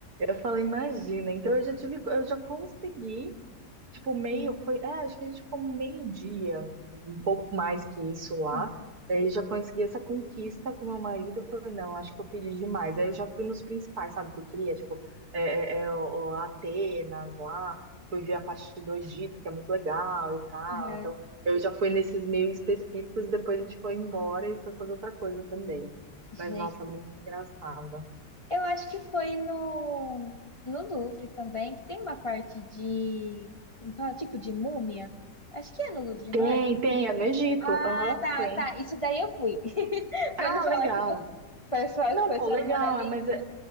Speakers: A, on the right (about 65°); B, on the left (about 25°).
A: Eu falo, imagina. Então eu já tive, eu já consegui Tipo, meio, foi, é, acho que a gente ficou meio-dia, um pouco mais que isso
B: Sim.
A: lá. Aí já consegui essa conquista com meu marido. Eu falei, não, acho que eu pedi demais. Aí eu já fui nos principais, sabe, que eu queria, tipo, é, é, é, o- o Atenas lá, fui ver a parte do Egito, que é muito legal e tal.
B: Uhum.
A: Então, eu já fui nesses meio específicos, e depois a gente foi embora e foi fazer outra coisa também. Mas,
B: Gente,
A: nossa, muito engraçado.
B: Eu acho que foi no, no Louvre também, que tem uma parte de, como fala, tipo de múmia. Acho que é no Louvre,
A: Tem,
B: não é?
A: tem, é no Egito.
B: Ah,
A: Aham,
B: tá,
A: tem.
B: tá. Isso daí eu fui. <laughs>
A: Ah,
B: Pra não falar
A: legal.
B: que foi só,
A: Não,
B: que foi
A: pô,
B: só
A: legal,
B: no Mona Lisa.
A: é, mas é-